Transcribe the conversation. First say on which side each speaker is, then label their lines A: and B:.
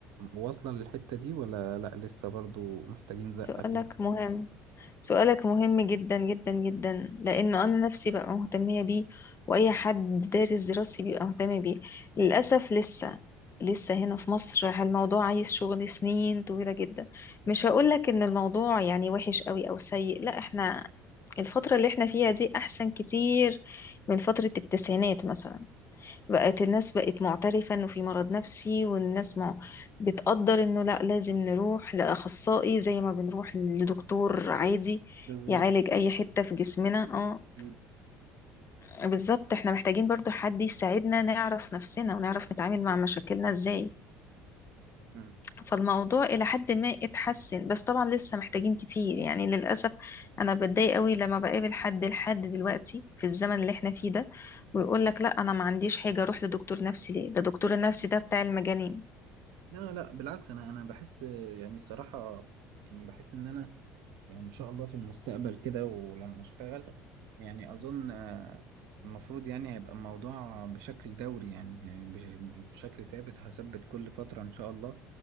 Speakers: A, on the right; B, on the left.
A: واصلة للحتة دي ولا لا لسه برضو محتاجين زقة
B: سؤالك
A: فيها
B: مهم سؤالك مهم جدا جدا جدا لأنه أنا نفسي بقى مهتمية بيه وأي حد دارس دراستي بيبقى مهتم بيه للأسف لسه لسه هنا في مصر الموضوع عايز شغل سنين طويلة جدا مش هقولك إن الموضوع يعني وحش قوي أو سيء لا إحنا الفترة اللي إحنا فيها دي أحسن كتير من فترة التسعينات مثلا بقت الناس بقت معترفة انه في مرض نفسي والناس مع... بتقدر انه لا لازم نروح لأخصائي زي ما بنروح لدكتور عادي
A: بالظبط
B: يعالج اي حتة في جسمنا اه
A: أكيد.
B: فبالظبط احنا محتاجين برضو حد يساعدنا نعرف نفسنا ونعرف نتعامل مع مشاكلنا ازاي
A: مم.
B: فالموضوع إلى حد ما اتحسن بس طبعا لسه محتاجين كتير يعني للأسف أنا بتضايق قوي لما بقابل حد لحد دلوقتي في الزمن اللي احنا فيه ده ويقول لك لا أنا ما عنديش حاجة أروح لدكتور نفسي ليه ده دكتور النفسي ده بتاع المجانين
A: لا لا بالعكس انا انا بحس يعني الصراحه يعني بحس ان انا يعني ان شاء الله في المستقبل كده ولما اشتغل يعني اظن آه، المفروض يعني هيبقى الموضوع بشكل دوري يعني آه، بش- بشكل ثابت هثبت كل فتره ان شاء الله